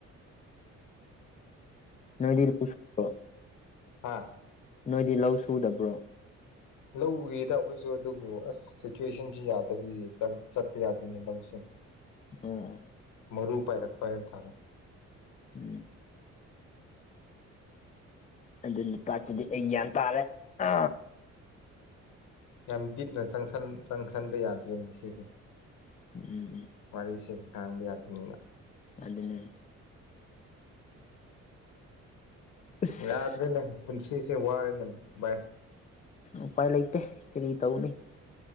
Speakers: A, on the left; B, on the left.
A: ꯅꯣꯏꯗꯤ ꯂꯧ ꯁꯨꯕ꯭ꯔꯣ
B: ꯍꯥ
A: ꯅꯣꯏꯗꯤ ꯂꯧ ꯁꯨꯗꯕ꯭ꯔꯣ
B: ꯂꯧ ꯎꯏꯗ ꯑꯩꯈꯣꯏꯁꯨ ꯑꯗꯨꯕꯨ ꯑꯁ ꯁꯤꯆꯨꯁꯦꯁꯟꯁꯤ ꯌꯥꯗꯕꯒꯤ ꯆꯠ ꯆꯠꯄ ꯌꯥꯗꯦ ꯅꯦ ꯂꯧꯁꯦ
A: ꯎꯝ
B: ꯃꯔꯨ ꯄꯥꯏꯔꯛꯄ ꯍꯥꯏꯇꯥꯔꯦ
A: ꯎꯝ ꯑꯗꯨꯅ ꯇꯥꯛꯄꯗꯤ ꯑꯩ ꯒ꯭ꯌꯥꯟ ꯇꯥꯔꯦ ꯑ
B: ꯌꯥꯝ ꯗꯤꯞꯅ ꯆꯪꯁꯤꯟ ꯆꯪꯁꯟꯕ ꯌꯥꯗ꯭ꯔꯦꯅꯦ ꯁꯤꯁꯦ
A: ꯎꯝ ꯎꯝ
B: ꯋꯥꯔꯤꯁꯦ ꯀꯝꯕꯤ ꯌꯥꯗꯅꯤꯅ
A: ꯑꯗꯨꯅꯦ ꯑꯁ
B: ꯌꯥꯗ꯭ꯔꯦꯅꯦ ꯄꯨꯟꯁꯤꯁꯦ ꯋꯥꯔꯦꯅꯦ ꯚꯥꯏ
A: ꯎꯄꯥꯏ ꯂꯩꯇꯦ ꯀꯔꯤ ꯇꯧꯅꯤ